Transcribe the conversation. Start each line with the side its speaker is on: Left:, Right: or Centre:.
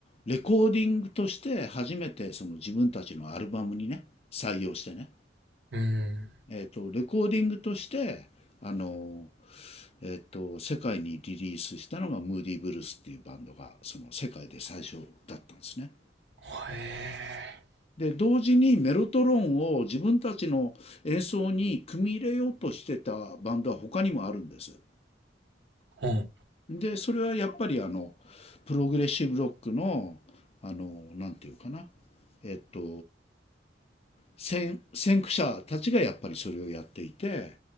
Left: レコーディングとして初めてその自分たちのアルバムにね、採用してね、
Right: うん。
Left: えっと、レコーディングとして、あの、えっと、世界にリリースしたのがムーディ・ブルースっていうバンドが、その世界で最初だったんですね。
Right: へえ。
Left: で同時にメロトロンを自分たちの演奏に組み入れようとしてたバンドは他にもあるんです。
Right: うん。
Left: でそれはやっぱりあのプログレッシブロックのあのなんていうかなえっと先駆者たちがやっぱりそれをやっていて